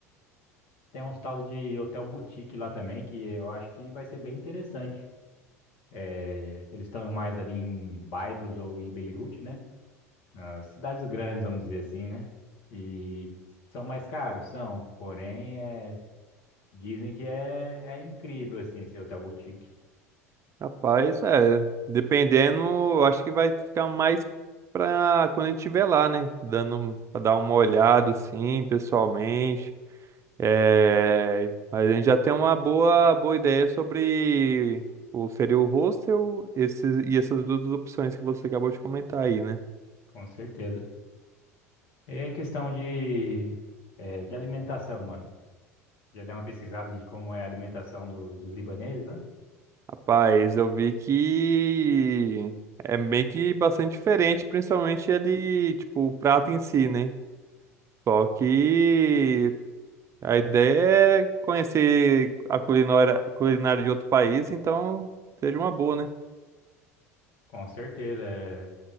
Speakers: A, on the left; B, on the right.
A: Tem uns tals de hotel boutique lá também, que eu acho que vai ser bem interessante. É, eles estão mais ali em Byblos ou em Beirute, né? Nas cidades grandes, vamos dizer assim, né? E são mais caros, são. Porém, é, dizem que é, é incrível, assim, esse hotel boutique.
B: Rapaz, é, dependendo, eu acho que vai ficar mais pra quando a gente estiver lá, né? Dando, pra dar uma olhada assim, pessoalmente. É, mas a gente já tem uma boa, boa ideia sobre o seria o hostel esses, e essas duas opções que você acabou de comentar aí, né?
A: Com certeza. E aí, questão de, é, de alimentação, mano. Já deu uma pesquisada de como é a alimentação do- dos libaneses, né?
B: Rapaz, eu vi que é meio que bastante diferente, principalmente ali, tipo, o prato em si, né? Só que a ideia é conhecer a culinária, culinária de outro país, então seja uma boa, né?
A: Com certeza. é.